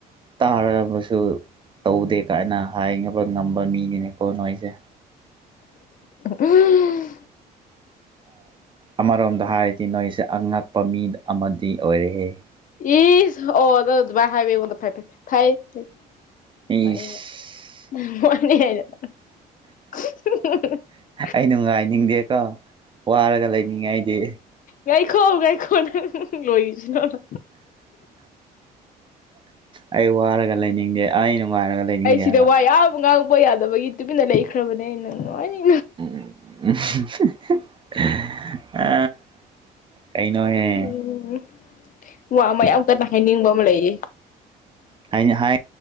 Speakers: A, on the right (about 30°); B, on the left (about 50°).
A: ꯇꯥꯔꯔꯕꯁꯨ ꯇꯧꯗꯦ ꯀꯥꯏꯅ ꯍꯥꯏꯅꯕ ꯉꯝꯕ ꯃꯤꯅꯤꯅꯦꯀꯣ ꯅꯣꯏꯁꯦ
B: ꯎꯝ
A: ꯑꯃꯔꯣꯝꯗ ꯍꯥꯏꯔꯗꯤ ꯅꯣꯏꯁꯦ ꯑꯉꯛꯄ ꯃꯤ ꯑꯃꯗꯤ ꯑꯣꯏꯔꯛꯑꯦ
B: ꯏ ꯑꯣꯗ ꯑꯗꯨꯃꯥꯏ ꯍꯥꯏꯕꯉꯣꯟꯗ ꯐ ꯐ ꯐ
A: ꯏꯁ
B: ꯅ ꯃꯅꯤ ꯍꯥꯏꯅ <unintelligible>
A: ꯑꯩ ꯅꯨꯡꯉꯥꯏꯅꯤꯡꯗꯦꯀꯣ ꯋꯥꯔꯒ ꯂꯩꯅꯤꯡꯉꯗꯤ
B: ꯌꯥꯥꯏꯈꯣ ꯌꯥꯥꯏꯈꯣ ꯅ ꯂꯣꯏꯁꯤꯅꯣꯅ
A: ꯑꯩ ꯋꯥꯔꯒ ꯂꯩꯅꯤꯡꯗꯦ ꯑꯩ ꯅꯨꯡꯉꯥꯏꯔꯒ ꯂꯩꯅꯤꯡꯗꯦ
B: ꯑꯩ ꯁꯤꯗ
A: ꯍꯥꯏꯕ
B: ꯋꯥ ꯌꯥꯝ ꯉꯥꯡꯉꯛꯄ ꯌꯥꯗꯕꯒꯤ ꯇꯨꯃꯤꯟꯅ ꯂꯩꯈ꯭ꯔꯕꯅꯦ ꯑꯩꯅꯪ ꯅꯣꯏꯅꯤ
A: <unintelligible> ꯑ ꯀꯩꯩꯅꯍꯦ
B: ꯎꯝ ꯋꯥ ꯑꯃ ꯌꯥꯝ ꯀꯟꯅ ꯍꯥꯏꯅꯤꯡꯕ ꯑꯃ ꯂꯩꯌꯦ
A: ꯍꯥꯏꯩꯅ ꯍꯥꯏ